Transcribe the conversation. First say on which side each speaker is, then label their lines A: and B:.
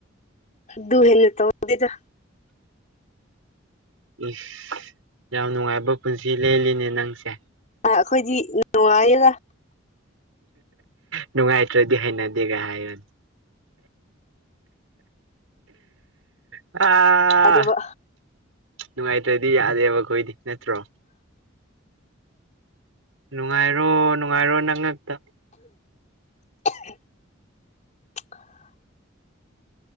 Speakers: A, on the left; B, on the right.
A: ꯗꯨꯍꯦꯂ ꯇꯗ
B: ꯏꯁ ꯌꯥꯝ ꯅꯨꯡꯉꯥꯏꯕ ꯄꯨꯟꯁꯤ ꯂꯦꯜꯂꯤꯅꯦ ꯅꯪꯁꯦ
A: ꯑ ꯑꯩꯈꯣꯏꯗꯤ ꯅꯨꯡꯉꯥꯏꯌꯦꯗ
B: ꯅꯨꯡꯉꯥꯏꯇ꯭ꯔꯗꯤ ꯍꯩꯅꯗꯦꯒ ꯍꯥꯏꯔꯅꯤ ꯎ ꯑꯥ
A: ꯌꯥꯗꯦꯕ
B: ꯅꯨꯡꯉꯥꯏꯇ꯭ꯔꯗꯤ ꯌꯥꯗꯦꯕ ꯑꯩꯈꯣꯏꯗꯤ ꯅꯠꯇ꯭ꯔꯣ ꯅꯨꯡꯉꯥꯏꯔꯣ ꯅꯨꯡꯉꯥꯏꯔꯣ ꯅꯪ ꯉꯛꯇ
A: <inaudible>